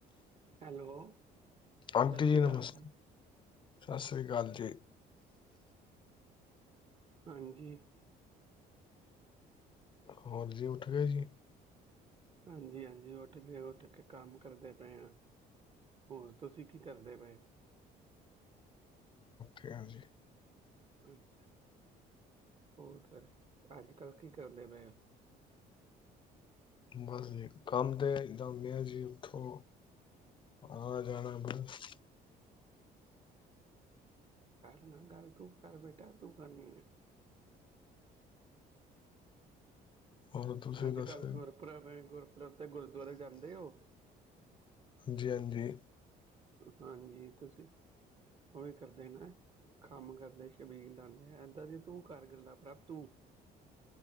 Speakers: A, on the right; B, on the left.
A: ਹੈਲੋ।
B: ਆਂਟੀ
A: ਸਤਿ ਸ਼੍ਰੀ
B: ji ਨਮਸਤੇ।
A: ਅਕਾਲ
B: ਸਤਿ ਸ੍ਰੀ ਅਕਾਲ ਜੀ।
A: ਹਾਂਜੀ।
B: ਹੋਰ ਜੀ, ਉੱਠ ਗਏ ਜੀ।
A: ਹਾਂਜੀ-ਹਾਂਜੀ। ਉੱਠ ਗਏ, ਉੱਠ ਕੇ ਕੰਮ ਕਰਦੇ ਪਏ ਹ। ਹੋਰ ਤੁਸੀਂ ਕੀ ਕਰਦੇ ਪਏ ਹੋ।
B: ਕਿ ਹਾਂਜੀ।
A: ਅੱਛਾ, ਹੋਰ ਫੇਰ ਅੱਜ ਕੱਲ ਕੀ ਕਰਦੇ ਪਏ ਓ।
B: ਬਸ ਜੀ, ਕੰਮ ਤੇ ਏਦਾਂ ਹੁੰਨੇ ਆ ਜੀ ਉਠੋ ਆ ਜਾਣੈ ਬਸ।
A: ਕਰ ਨਾ ਗੱਲ ਤੂੰ ਕਰ ਬੇਟਾ ਤੂੰ ਕਰਨੀ ਐ।
B: ਹੋਰ ਤੁਸੀਂ
A: ਅੱਜ
B: ਦੱਸੋ
A: ਕੱਲ੍ਹ ਗੁਰਪੁਰਬ ਏ, ਗੁਰਪੁਰਬ ਤੇ ਗੁਰਦੁਆਰੇ ਜਾਂਦੇ ਓ।
B: ਜੀ ਹਾਂਜੀ।
A: ਹਾਂਜੀ ਤੁਸੀਂ ਉਹ ਵੀ ਕਰਦੇ ਨਾ ਕੰਮ ਕਰਦੇ ਸ਼ਬੀਲ ਲਾਉਂਦੇ ਏਦਾਂ ਦੀ ਤੂੰ ਕਰ ਗੱਲਾ, ਪ੍ਰਭ ਤੂੰ